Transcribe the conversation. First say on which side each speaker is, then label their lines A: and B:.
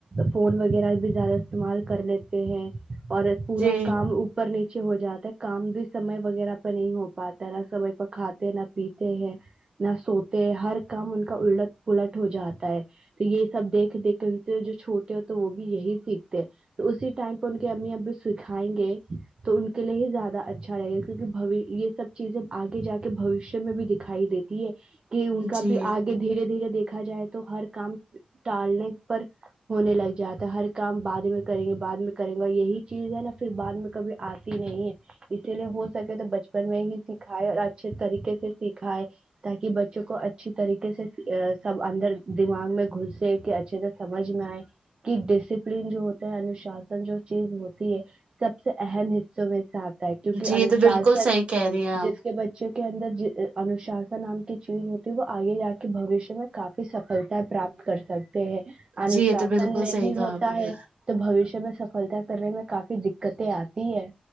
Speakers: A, on the right; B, on the right.
A: فون وغیرہ بھی زیادہ استعمال کر لیتے ہیں اور پورا
B: جی
A: کام اوپر نیچے ہو جاتا ہے کام بھی سمے وغیرہ پہ نہیں ہو پاتا نہ سمے پر کھاتے ہیں نہ پیتے ہیں نہ سوتے ہر کام ان کا الٹ پلٹ ہو جاتا ہے تو یہ سب دیکھ دیکھ ان سے جو چھوٹے ہوتے وہ بھی یہی سیکھتے ہے تو اسی ٹائم پہ ان کے امی ابو بھی سکھائیں گے تو ان کے لیے ہی زیادہ اچھا رہے گا کیوںک یہ سب چیزیں آگے جا کے بھوشیہ میں بھی دکھائی دیتی تی ہے کہ ان کا
B: جی
A: بھی آگے دھیرے دھیرے دیکھا جائے تو ہر کام ٹالنے پر ہونے لگ جاتا ہر کام بعد میں کریں گے بعد میں کریں گا یہی چیز ہے نا پھر بعد میں کبھی آتی نہیں ہے اسی لیے ہو سکے تو بچپن میں ہی سکھائے اور اچھے طریقے سے سکھائے تاکہ بچوں کو اچھی طریقے سے سب اندر دماغ میں گھسے کہ اچھے سمجھ میں آئے کہ ڈسپلین جو ہوتا ہے انوشاسن جو چیز ہوتی ہے سب سے اہم حصوں میں سے آتا ہے کیونکہ
B: جی
A: انوشاسن
B: یہ تو بالکل صحیح کہہ رہی ہیں آپ
A: جس کے بے بچوں کے اندر انوشاسن نام کی چیز ہوتی وہ آگے جا کے بھوشیہ میں کافی سفلتا پراپت کر سک تے ہےانوشاسن
B: جی یہ تو بالکل
A: نہیں
B: صحیح کہا
A: ہوتا
B: آپ نے
A: ہے تو بوشیہ میں سفلتا کرنے میں کافی دقتیں آتی ہے